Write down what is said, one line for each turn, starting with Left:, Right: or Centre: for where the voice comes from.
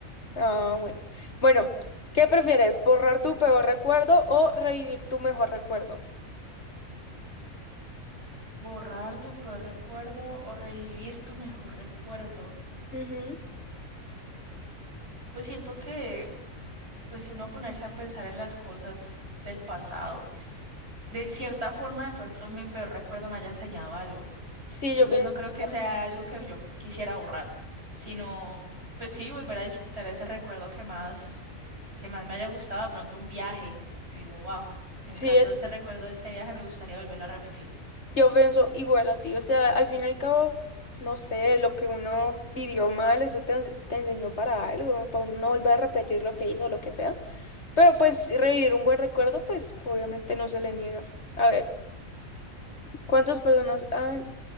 Left: Ah, bueno. Bueno, ¿qué prefieres? ¿Borrar tu peor recuerdo o revivir tu mejor recuerdo?
Right: Borrar tu peor recuerdo o revivir tu mejor recuerdo.
Left: Ujú.
Right: Pues siento que, pues si uno ponerse a pensar en las cosas del pasado, de cierta forma de pronto mi peor recuerdo me haya enseñado algo.
Left: Sí,
Right: Entonces
Left: yo pienso,
Right: no creo que
Left: igual
Right: sea algo que yo quisiera borrar, sino, pues sí, volver a disfrutar ese recuerdo que más, que más me haya gustado, de pronto un viaje. Yo digo, wow, me encantó
Left: sí,
Right: este recuerdo de este viaje, me gustaría volverlo a repetir.
Left: yo pienso igual a ti. O sea, al fin y al cabo, no sé, lo que uno vivió mal, eso te, ens- te enseñó para algo, para uno no volver a repetir lo que hizo, lo que sea. Pero pues revivir un buen recuerdo, pues obviamente no se le niega. A ver, ¿cuántas personas han...